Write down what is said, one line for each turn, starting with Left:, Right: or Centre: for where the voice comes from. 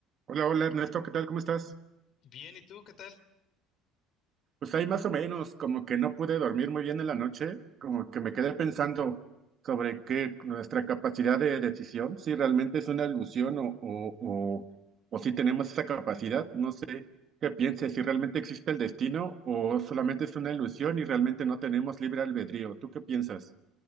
Right: Hola, hola Ernesto, ¿qué tal? ¿Cómo estás?
Left: Bien, ¿y tú qué tal?
Right: Pues ahí más o menos, como que no pude dormir muy bien en la noche, como que me quedé pensando sobre qué nuestra capacidad de decisión, si realmente es una ilusión o, o, o, o si tenemos esa capacidad, no sé qué pienses, si realmente existe el destino o solamente es una ilusión y realmente no tenemos libre albedrío. ¿Tú qué piensas?